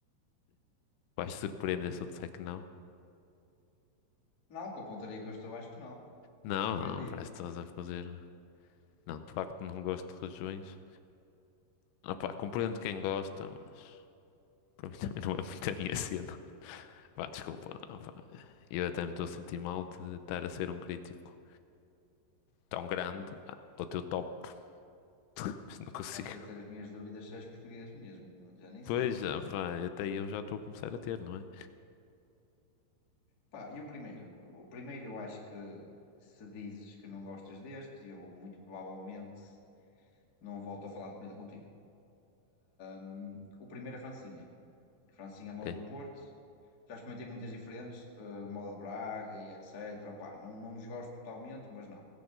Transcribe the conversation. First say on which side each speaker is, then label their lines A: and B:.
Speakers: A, on the left; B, on the left.
A: Vais te surpreender se eu disser que não.
B: Não, com a pontaria que eu estou, acho que não.
A: Não,
B: Não me surpreendi.
A: não, parece que estás a fazer. Não, de facto não gosto de regiões. Ah, pá, compreendo quem gosta, mas para mim <laughs> também não é muito a minha cena. Vá, desculpa. Ah, pá, Eu até me estou a sentir mal de estar a ser um crítico tão grande ao teu top, <laughs> mas não consigo.
B: Começo a ter as minhas dúvidas se és português mesmo, já nem
A: Pois,
B: sei.
A: ah, pá, até eu já estou a começar a ter, não é?
B: Pá, e o primeiro? O primeiro eu acho que se dizes que não gostas deste, eu muito provavelmente não volto a falar de comida contigo. Hum, o primeiro é Francinha. Francinha
A: Ok.
B: à moda do Porto, Já experimentei muitas diferentes, eh, moda de Braga e etc. Opá, não, não desgosto totalmente, mas não.